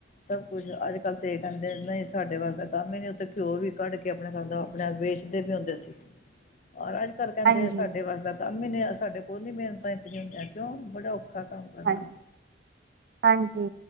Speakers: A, on the left; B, on the right.
A: ਸਭ ਕੁਛ, ਅੱਜ- ਕੱਲ ਤੇ ਇਹ ਕਹਿੰਦੇ ਨਹੀਂ ਸਾਡੇ ਵਾਸਤੇ ਕੰਮ ਹੀ ਨੀ ਉੱਥੇ ਘਿਓ ਵੀ ਕੱਢ ਕੇ ਆਪਣੇ ਖਦਾ ਆਪਣੇ ਵੇਚਦੇ ਵੀ ਹੁੰਦੇ ਸੀ, ਰ ਅੱਜ -ਕੱਲ੍ਹ ਕਹਿੰਦੇ
B: ਹਾਂਜੀ
A: ਸਾਡੇ ਵਾਸਤ ਦਾ ਕੰਮ ਹੀ ਨਹੀਂ ਆ ਸਾਡੇ ਕੋਲ ਨਹੀਂ ਮਿਹਨਤਾਂ ਇਤਨੀਆਂ ਹੁੰਦੀਆਂ ਕਿਉਂ, ਬੜਾ ਔਖਾ। ਦਾ ਕੰਮ ਕਰਨਾ,
B: ਹਾਂਜੀ ਹਾਂਜੀ